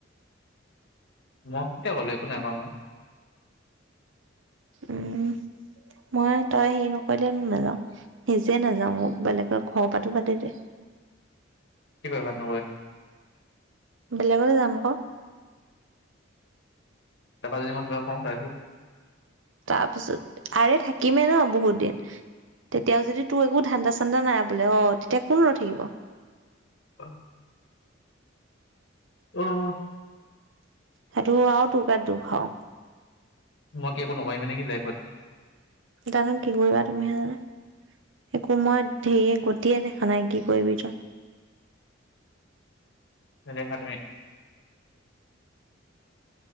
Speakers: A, on the left; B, on the right.
A: মই কেতিয়া ক'লো এক কোনে
B: উম। মই তই হেৰি নকৰিলে নাযাও, নিজে নাযাও বেলেগৰ ঘৰৰ পাতো বাদে দে। <inaudible>
A: কি নব? <unintelligible>
B: বেলেগলৈ যাম আকৌ।
A: তাৰপা যদি মই কিবা কওঁ তাৰপিছত?
B: তাৰপিছত আৰে থাকিমে ন বহুত দিন। তেতিয়াও যদি তোৰ একো ধান্দা চান্দা নাই বোলে অ' তেতিয়া কোন ৰই থাকিব?
A: অ'। উম।
B: সেইটো আৰু তোৰগাত দুখ আৰু।
A: মই কি একো নকৰিমি নেকি লাইফত?
B: জানো কি কৰিবা তুমিহে জানা। একো মই ধেৰিয়ে গতিয়ে দেখা নাই কি কৰিবি তই।
A: <unintelligible>